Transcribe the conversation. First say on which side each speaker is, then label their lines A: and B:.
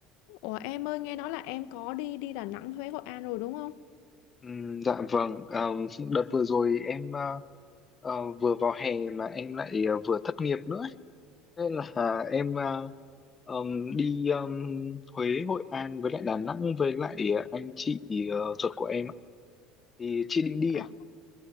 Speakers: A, on the left; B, on the left.
A: Ủa em ơi nghe nói là em có đi đi Đà Nẵng, Huế, Hội An rồi đúng không?
B: Ừm, dạ vâng, Ờ, đợt vừa rồi em ờ, ờ, vừa vào hè mà em lại ờ, vừa thất nghiệp nữa ấy. Nên là em ờ, ờm, đi ờm, Huế, Hội An với lại Đà Nẵng với lại ờ, anh chị ờ, ruột của em ạ. Thì chị định đi
A: À,
B: à?